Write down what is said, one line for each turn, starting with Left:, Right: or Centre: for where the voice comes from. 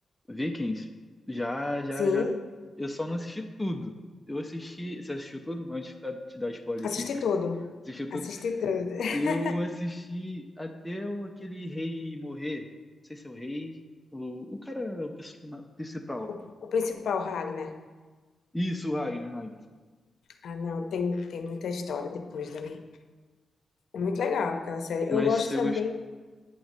Centre: Vikings, já, já,
Left: Sim,
Centre: já. Eu só não assisti tudo. Eu assisti, você assistiu tudo? Antes pra te dar spoiler
Left: assisti
Centre: aqui. <laughs>
Left: tudo.
Centre: Assistiu tudo?
Left: Assisti tudo. <laughs>
Centre: Eu assisti até o, aquele rei morrer. Não sei se é o rei. O, o cara, o persona- principal.
Left: O, o principal, Ragnar.
Centre: Isso, o Ragnar, Ragnar.
Left: Ah, não, tem, tem muita história depois dali. É muito legal aquela série.
Centre: Mas
Left: Eu gosto
Centre: você, gos-
Left: também,